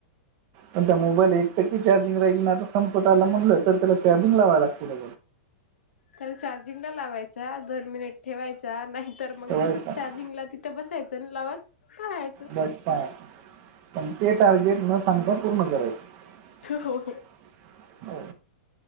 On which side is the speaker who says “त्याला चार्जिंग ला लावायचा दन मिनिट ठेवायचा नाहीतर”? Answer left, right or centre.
Left